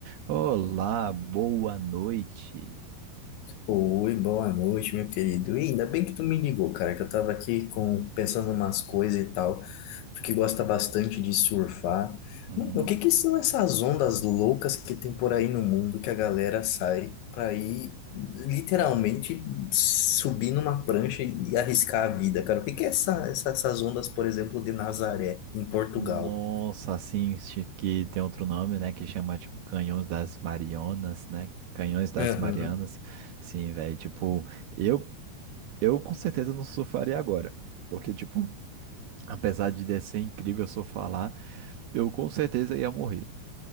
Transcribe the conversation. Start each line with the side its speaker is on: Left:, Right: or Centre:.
Right: Olá, boa noite.
Left: Oi, boa noite, meu querido. E ainda bem que tu me ligou, cara, que eu tava aqui com, pensando umas coisas e tal. Tu que gosta bastante de surfar.
Right: Hum,
Left: Mano, o que que são essas ondas loucas que tem por aí no mundo que a galera sai pra ir literalmente subir numa prancha e arriscar a vida, cara? O que que é essa, essa- essas ondas, por exemplo, de Nazaré, em Portugal?
Right: nossa, assim, acho que tem outro nome, né, que chama, tipo, Canhões das Marianas, né? Canhões das
Left: Uhum,
Right: Marianas. Sim, velho, tipo, eu, eu com certeza não surfaria agora. Porque, tipo, apesar de ser incrível se eu falar, eu com certeza ia morrer.